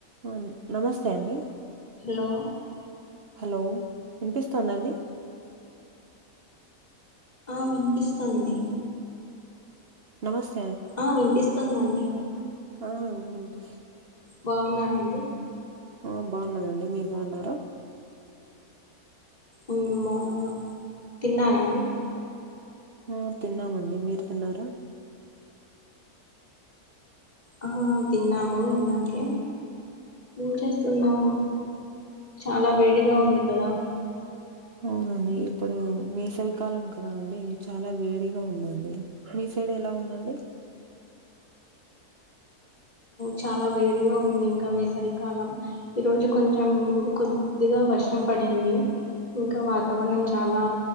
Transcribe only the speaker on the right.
అవును నమస్తే అండి
హలో వినిపిస్తుందా అండి
నమస్
ఆ వినిపిస్
ఆ బాగున్ననండి మీరు బాగున్నారా
ఆ తిన్నామండి మీరు తిన్నారా
అవునండి ఇప్పుడు వేసవికాలం కదా అండి చాలా వేడిగా ఉందండి మీ సై డ్ ఎలా ఉందండి